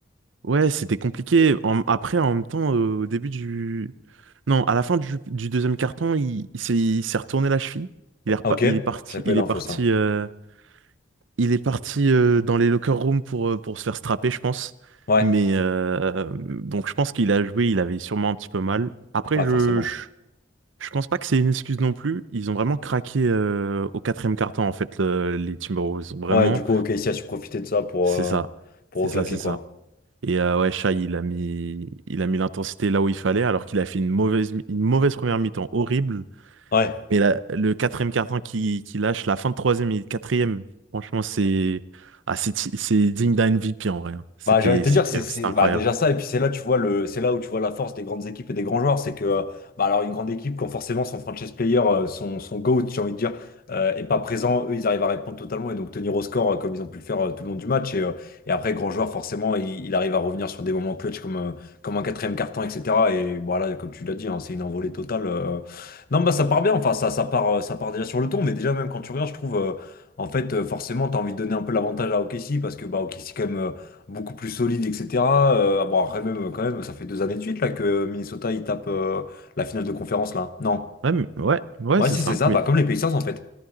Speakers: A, on the right (about 80°); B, on the left (about 50°).
A: Ouais, c'était compliqué. En- après, en même temps, euh, au début du... Non, à la fin du, du deuxième carton, il, il s'est il s'est retourné la cheville. Il est, repa-
B: Ah, ok,
A: il est parti,
B: j'avais pas
A: il
B: eu l'info,
A: est parti,
B: ça.
A: euh, il est parti euh, dans les locker rooms pour, euh, pour se faire strapper, je pense.
B: Ouais,
A: Mais euh, donc, je pense qu'il a joué, il avait sûrement un petit peu mal. Après,
B: ouais,
A: je,
B: forcément.
A: je, je pense pas que c'est une excuse non plus. Ils ont vraiment craqué euh, au quatrième carton, en fait, le- les Timberwolves. Vraiment,
B: Ouais, du coup, ok, ici, a su profiter de ça pour,
A: c'est
B: euh,
A: ça.
B: pour
A: C'est
B: reclaquer,
A: ça, c'est
B: quoi.
A: ça. Et euh, ouais, Shai, il a mis, il a mis l'intensité là où il fallait, alors qu'il a fait une mauvaise, mi- une mauvaise première mi-temps horrible.
B: Ouais.
A: Mais la- le quatrième carton qui, qui lâche, la fin de troisième et quatrième, franchement, c'est ah, c'est c'est digne d'un MVP en vrai. hein. C'était,
B: Bah, j'ai envie de te
A: c'était,
B: dire, c'est c'est-
A: c'était incroyable.
B: bah, déjà ça, et puis c'est là, tu vois le, c'est là où tu vois la force des grandes équipes et des grands joueurs, c'est que, euh, bah, alors une grande équipe, quand forcément son franchise player, euh, son, son GOAT, j'ai envie de dire, euh, est pas présent, eux, ils arrivent à répondre totalement et donc tenir au score euh, comme ils ont pu le faire euh, tout le long du match. Et, euh, et après, grand joueur, forcément, il, il arrive à revenir sur des moments clutch comme, euh, comme un quatrième carton, etc. Et voilà, comme tu l'as dit, hein, c'est une envolée totale. euh. Non, bah ça part bien, enfin ça, ça part, euh, ça part déjà sur le ton, mais déjà même quand tu regardes, je trouve, euh, en fait, euh, forcément, tu as envie de donner un peu l'avantage à OKC parce que bah, OKC quand même. euh, beaucoup plus solide, etc. Euh, ah, bon, après, même, euh, quand même, ça fait deux années de suite là, que Minnesota il tape euh, la finale de conférence là. Non.
A: Ouais, mais- ouais, ouais,
B: Ouais,
A: c'est
B: si,
A: ça.
B: c'est ça,
A: Mais
B: bah, comme les Pacers en fait.